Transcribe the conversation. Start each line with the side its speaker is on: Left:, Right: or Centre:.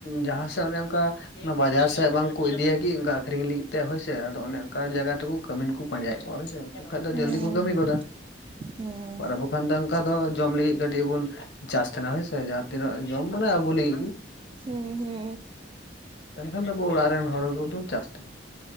Left: ᱡᱟᱦᱟᱸ ᱥᱮᱫ ᱚᱱᱮ ᱚᱱᱠᱟ ᱵᱟᱡᱟᱨ ᱥᱮᱫ ᱵᱟᱝ ᱠᱚ ᱤᱫᱤ ᱭᱟᱠᱤ ᱚᱱᱠᱟ ᱟᱹᱷᱨᱤᱧ ᱞᱟᱜᱤᱫ ᱛᱮ ᱦᱳᱭᱥᱮ ᱟᱫᱚ ᱚᱱᱮ ᱚᱱᱠᱟ ᱡᱟᱭᱜᱟ <inaudible> ᱠᱟᱹᱢᱤᱱ ᱠᱚ ᱯᱟᱸᱡᱟᱭᱮᱫ ᱠᱚᱣᱟ ᱦᱳᱭᱥᱮ ᱠᱷᱟᱡ ᱫᱚ
Right: ᱦᱩᱸ
Left: ᱡᱚᱞᱫᱤ ᱠᱚ ᱠᱟᱹᱢᱤ ᱠᱚᱫᱟ,
Right: ᱦᱩᱸ
Left: ᱟᱨ ᱟᱵᱚ ᱮᱠᱷᱟᱱ ᱫᱚ ᱚᱱᱠᱟ ᱫᱚ ᱡᱚᱢ ᱞᱟᱹᱜᱤᱫ ᱠᱟᱹᱴᱤᱡ ᱵᱚᱱ ᱪᱟᱥ ᱛᱟᱦᱮᱱᱟ ᱦᱮᱸᱥᱮ ᱡᱟᱦᱟᱸ ᱛᱤᱱᱟᱹᱜ ᱡᱚᱢ ᱢᱟᱱᱮ ᱟᱵᱚ ᱞᱟᱹᱜᱤᱫ ᱜᱮ
Right: ᱦᱩᱸ ᱦᱩᱸ ᱦᱩ
Left: ᱢᱮᱱᱠᱷᱟᱱ ᱫᱚ ᱟᱵᱚ ᱚᱲᱟᱜ ᱨᱮᱱ ᱦᱚᱲ ᱠᱚᱫᱚ ᱪᱟᱥ